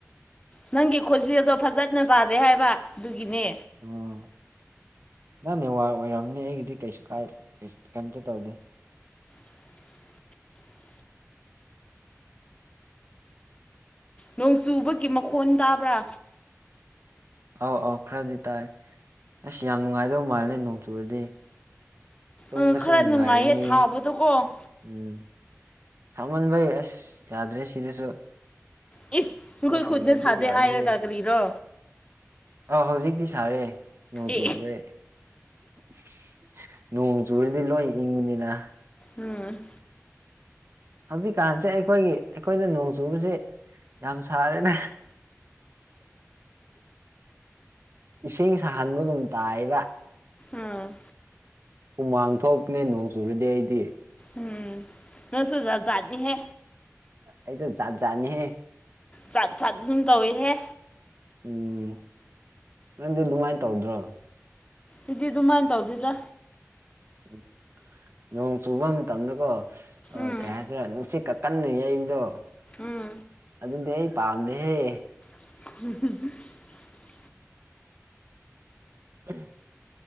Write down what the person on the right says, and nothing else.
ꯎꯝ ꯅꯪꯅꯦꯦ ꯋꯥꯔ ꯑꯣꯏꯔꯝꯅꯤ ꯑꯩꯒꯤꯗꯤ ꯀꯩꯁꯨ ꯀꯥꯏ ꯀꯩꯝꯇ ꯇꯧꯗꯦ
ꯑꯧ ꯑꯧ ꯈꯔꯗꯤ ꯇꯥꯏ ꯑꯁ ꯌꯥꯝ ꯅꯨꯡꯉꯥꯏꯗꯧ ꯃꯥꯜꯂꯅꯦ ꯅꯣꯡ ꯆꯨꯔꯗꯤ ꯇꯨꯝꯕꯁꯨ
ꯅꯨꯡꯉꯥꯏꯔꯅꯤ
ꯎꯝ ꯊꯃꯟꯕꯩ ꯑꯁ ꯌꯥꯗ꯭ꯔꯦ ꯁꯤꯗꯁꯨ ꯑꯩꯈꯣꯏ
ꯈꯨꯟꯗꯗꯤ
ꯌꯥꯗ꯭ꯔꯤ
ꯑ ꯍꯧꯖꯤꯛꯇꯤ ꯁꯥꯔꯦ ꯅꯣꯡ ꯆꯨꯗꯨꯔꯦꯣꯡ
ꯖꯨꯔꯤꯗꯤ ꯂꯣꯏ ꯏꯪꯕꯅꯤꯅ
ꯍꯧꯖꯤꯛꯀꯥꯟꯁꯦ ꯑꯩꯈꯣꯏꯒꯤ ꯑꯩꯈꯣꯏꯅ ꯅꯣꯡ ꯆꯨꯕꯁꯦ ꯌꯥꯝ ꯁꯥꯔꯦꯅꯦ ꯏꯁꯤꯡ ꯁꯥꯍꯟꯕꯒꯨꯝ ꯇꯥꯏꯕ
ꯎꯨꯃꯥꯡ ꯊꯣꯛꯄꯅꯦ ꯅꯣꯡ ꯆꯨꯔꯗꯤ ꯑꯩꯗꯤ
ꯑꯩꯗꯠꯖꯥꯅꯤꯍꯦ
ꯎꯝ ꯅꯪꯗꯤ ꯑꯗꯨꯃꯥꯏꯅ ꯇꯧꯗ꯭ꯔꯣ
ꯎꯝ ꯅꯣꯡ ꯆꯨꯕ ꯃꯇꯝꯗꯀꯣ
ꯀꯩ ꯍꯥꯏꯁꯤꯔꯦ ꯅꯨꯡꯁꯤꯠ ꯀꯛ ꯀꯟꯅ ꯌꯩꯕꯗꯣ
ꯑꯗꯨꯗꯤ ꯑꯩ ꯄꯥꯝꯅꯦꯍꯦ
ꯎꯝ